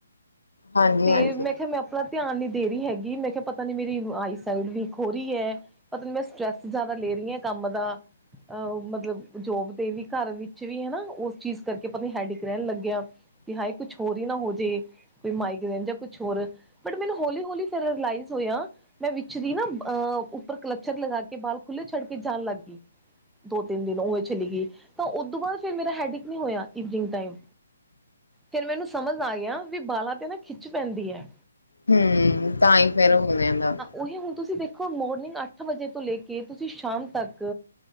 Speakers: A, on the left; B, in the centre.
A: ਹਾਂਜੀ
B: ਤੇ
A: ਹਾਂਜੀ
B: ਮੈਂ ਕਿਹਾ ਮੈਂ ਅਪਨਾ ਧਿਆਨ ਨੀ ਦੇ ਰਹੀ ਹੈਗੀ ਮੈਂ ਕਿਹਾ ਪਤਾ ਨੀ ਮੇਰੀ ਆਈਸਾਈਡ ਵੀਕ ਹੋੋ ਰਹੀ ਐ ਪਤਾ ਨਹੀਂ ਮੈਂ ਸਟਰ੍ਰੈਸ ਜ਼ਿਆਦਾ ਲੈਰੀ ਹਾਂ ਕੰਮ ਦਾ ਅਹ ਮਤਲਬ ਜੋਬ ਤੇ ਵੀ ਘਰ ਵਿੱਚ ਸੀ ਵੀ ਹੈਨਾ ਉਸ ਚੀਜ਼ ਕਰਕੇ ਪਤਾ ਨੀ ਹੈਡਿਕ ਰਹਿਣ ਲੱਗਿਆ ਕਿ ਹਾਏ ਕੁਛ ਹੋਰ ਹੀ ਨਾ ਹੋ ਜੇ ਤੇ ਮਾਈਗਰੇਨ ਜਾਂ ਕੁਛ ਹੋਰ ਬਟ ਮੈਨੂੰ ਹੌਲੀ ਹੋਲੀ ਫਿਰ ਰਿਲਾਈਜ ਹੋਇਆ ਮੈਂ ਵਿੱਚ ਦੀ ਨਾ ਅਹ ਉੱਪਰ ਕਲੱਚਰ ਲਗਾ ਕੇ ਬਾਲ ਖੁੱਲ੍ਹੇ ਛੱਡ ਕੇ ਜਾਨ ਲੱਗ ਗਈ ਦੋ-ਤਿੰਨ ਦਿਨ ਓਵੇਂ ਚਲੀ ਗਈ ਤਾਂ ਉਹਦੋਂ ਬਾਅਦ ਫਿਰ ਮੇਰਾ ਹੈਡਇਕ ਨਹੀਂ ਹੋਇਆ ਈਵਨਿੰਗ ਟਾਈਮ ਫੇਰ ਮੈਨੂੰ ਸਮਝ ਆ ਗਿਆ ਵੀ ਬਾਲਾਂ 'ਤੇ ਨਾ ਖਿੱਚ ਪੈਂਦੀ ਐ।
A: ਹੰ ਤਾਂ ਹੀ ਫੇਰ ਹੋ ਜਾਂਦਾ
B: ਓਹੀ ਹੁਣ ਤੁਸੀਂ ਦੇਖੋ ਮੋਰਨਿੰਗ ਅੱਠ ਵਜੇ ਤੋਂ ਲੈ ਕੇ ਤੁਸੀਂ ਸ਼ਾਮ ਤੱਕ